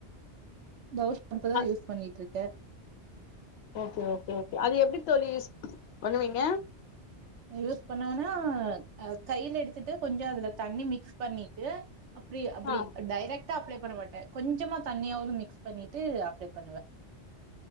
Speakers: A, on the right; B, on the left.
A: டவ்
B: அ
A: பண்ணிட்ருக்க
B: ஓகே ஓகே ஓகே அது எப்டி தோழி யூஸ் பண்ணுவீங்க
A: யூஸ் பண்ணோனா ஆ கைல எடுத்துட்டு கொஞ்சோ அதுல தண்ணி மிக்ஸ் பண்ணிட்டு அப்டி அப்டி
B: ஆ
A: டைரெக்ட் அப்ளை பண்ண மாட்டே கொஞ்ஜமா தண்ணியாவது மிக்ஸ் பண்ணிட்டு அப்ளை பண்ணுவே